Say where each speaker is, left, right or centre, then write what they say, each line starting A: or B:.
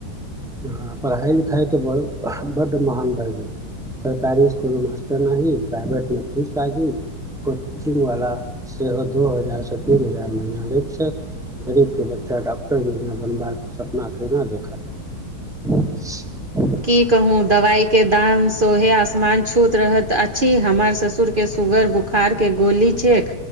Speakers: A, in the centre; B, on the right.
A: आ पढ़ाइ लिखाइ तऽ ब बड्ड महग भए गेलै सरकारी स्कूल मे मासटर नहि प्राइवेट मे फीस लागी कोचिंग बाला सेहो दू हजार स तीन हजार महिना लैछै गरीब के बच्चा डॉक्टर इंजीनियर बनबाक सपना केना देखत <inaudible>
B: की कहू दवाई के दाम सोहे आसमान छूत रहैत अछि हमर ससुर के सुगर बुखार के गोली छैेक